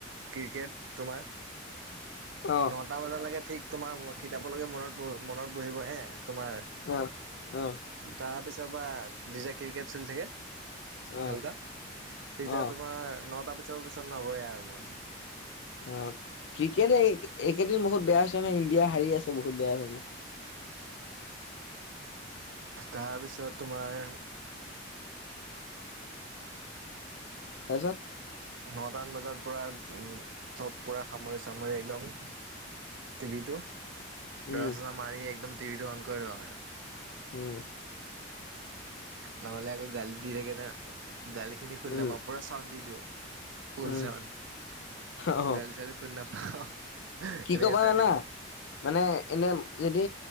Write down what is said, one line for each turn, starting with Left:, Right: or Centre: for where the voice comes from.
Right: ক্ৰিকেট তোমাৰ
Left: অ
Right: নটা বজালৈকে ঠিক তোমাৰ কিতাপলৈকে মনত মনত বহিব হে তোমাৰ
Left: অ অ।
Right: তাৰ পিছৰ পৰা দিজে ক্ৰিকেট চলি থাকে।
Left: অ
Right: আও কা ভাল সিজে
Left: অ
Right: তোমাৰ নটা পিছৰ পিছত নবয়ে আৰু মৰ
Left: অ ক্ৰিকেটে এই একেদিন বহুত বেয়া হৈছে নহয় ইণ্ডিয়া হাৰি আছে বহুত বেয়া ভাবে।
Right: তাৰ পিছত তোমাৰ
Left: তাছত
Right: নটান বজাত পুৰা চব পুৰা সামৰি চামৰি একদম টিভি টো
Left: উম
Right: দৰা চৰা মাৰি একদম টিভিটো অন কৰি লওঁ আৰ
Left: উম
Right: নহ'লে আকৌ গালি দি থাকে না গালি খিনি শুনি
Left: উম
Right: নাপাওঁ পুৰা চাউড দি দিওঁ ফুল
Left: উম
Right: চওন
Left: অ
Right: গালি চালি শুনি নাপাওঁ
Left: কি
Right: এনেকে
Left: কবা
Right: চাই
Left: জানা
Right: থাকো
Left: মানে এনে যদি